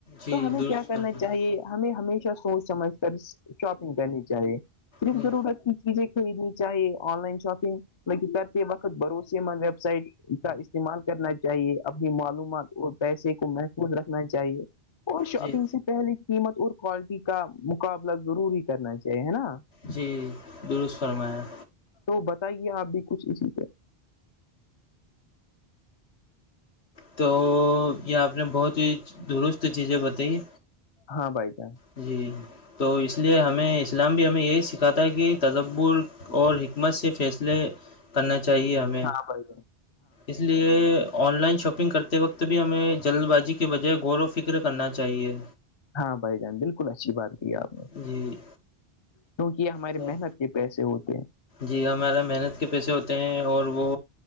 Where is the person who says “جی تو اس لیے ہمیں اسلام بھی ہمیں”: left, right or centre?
Left